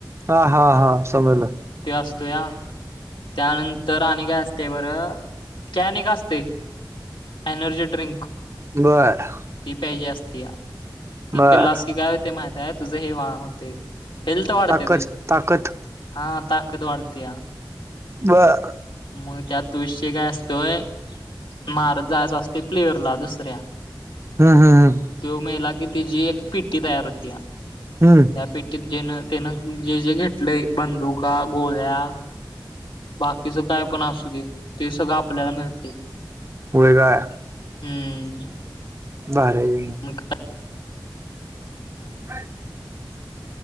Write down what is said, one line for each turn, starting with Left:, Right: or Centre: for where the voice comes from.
Right: हा हा हा समजलं.
Left: त्यो असतो या त्यानंतर आणि काय असते बरं कॅनेक असतय. Energy drink.
Right: बरं.
Left: ती प्यायची असतीया ती
Right: बर
Left: पिलास की काय होते माहित आहे तुझे हे वा होते. हेल्थ वाढते
Right: ताकद
Left: तुझी
Right: ताकद
Left: हा ताकद वाढते.
Right: बरं
Left: मग त्यात त विषय काय असतोय मारत जायचं असते प्लेअरला दुसऱ्या
Right: हम्म हम्म
Left: मग
Right: हम्म
Left: तो मेला की तिची एक पिट्टी तयार होती
Right: हम्म.
Left: त्या पेटीत जेन तेनं जे जे घेतलंय बंदुका गोळ्या तिच काय पण असूदे ते सगळं आपल्याला मिळते.
Right: वय काय?
Left: हम्म.
Right: भारी आहे कि मग.
Left: मग
Right: हच